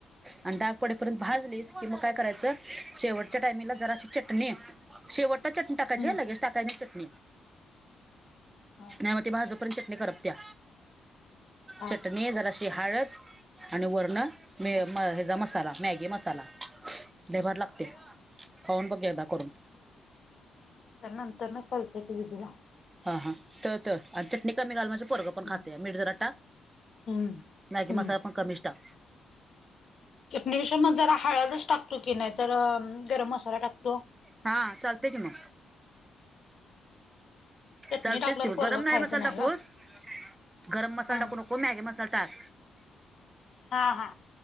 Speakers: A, on the right; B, on the left.
A: आणि डाग पडेपर्यंत भाजलीस की म काय करायचं शेवटच्या टायमिला जराशी चटणी शेवटला चटणी टाकायची
B: हम्म.
A: अ लगेच टाकाय नाय चटणी
B: हा.
A: नाही म ते भाजू परत चटणी करत्या.
B: हा
A: चटणी, जराशी हाळद आणि वर्ण मे
B: हा
A: म अ ह्येजा मसाला, मॅगी मसाला. लई भारी लागते.
B: हा
A: खाऊन बघ एकदा करून.
B: आता नंतर न काॅल करते विदुला.
A: हं हं, त त, आणि चटणी कमी घाल, म्हणजे पोरग पण
B: हम्म.
A: खातेया. मीठ जरा टाक.
B: हम्म.
A: मॅगी
B: हम्म
A: मसाला पण कमीच टाक.
B: चटणी विषयी म जरा हळदच टाकतो की नाही तर, गरम मसाला टाकतो.
A: हा, चालते की म.
B: चटणी
A: चालतेस
B: टाकल्यावर
A: कि म,
B: पोरगं
A: गरम नाही
B: खायचं
A: मसाला टाकूस,
B: गं.
A: गरम मसाला
B: हम्म
A: टाकू नको, मॅगी मसाला टाक.
B: हा हा.